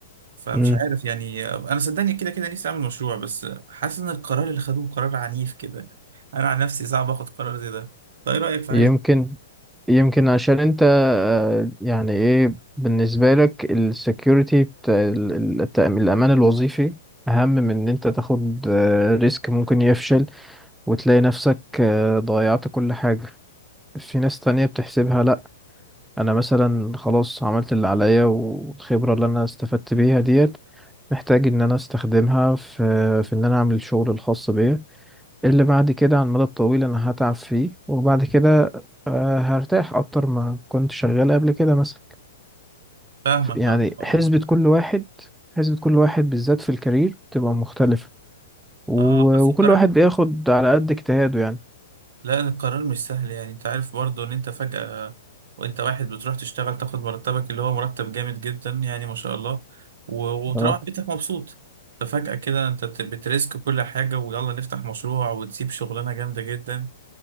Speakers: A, on the right (about 60°); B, in the centre.
A: فمش
B: مم.
A: عارف يعني انا صدقني كده كده نفسي اعمل مشروع بس حاسس ان القرار اللي خدوه قرار عنيف كده انا عن نفسي صعب اخد قرار زي ده طيب ايه رأيك في
B: يمكن
A: حاجة زي-
B: يمكن عشان انت آه، يعني ايه بالنسبة لك السكيورتي بتاع ال- ال- التأم- الأمان الوظيفي أهم من إن أنت تاخد آه، ريسك ممكن يفشل وتلاقي نفسك آه، ضيعت كل حاجة في ناس تانية بتحسبها لأ أنا مثلا خلاص عملت اللي عليا والخبرة اللي أنا استفدت بيها ديت محتاج إن أنا أستخدمها في في إن أنا أعمل الشغل الخاص بيا اللي بعد كده على المدى الطويل انا هتعب فيه وبعد كده آه، هرتاح اكتر ما كنت شغال قبل كده مثلا
A: فاهمك
B: يعني
A: اه آه.
B: حسبة كل واحد حسبة كل واحد بالذات في الكارير بتبقى مختلفة و...
A: اه بس
B: وكل
A: القرار
B: واحد بياخد على قد اجتهاده يعني
A: لا القرار مش سهل يعني انت عارف برضو ان انت فجأة وانت واحد بتروح تشتغل تاخد مرتبك اللي هو مرتب جامد جدا يعني ما شاء الله و... وتروح
B: اه
A: بيتك مبسوط ففجأة كده انت بت- بتريسك كل حاجة ويلا نفتح مشروع وتسيب شغلانة جامدة جدا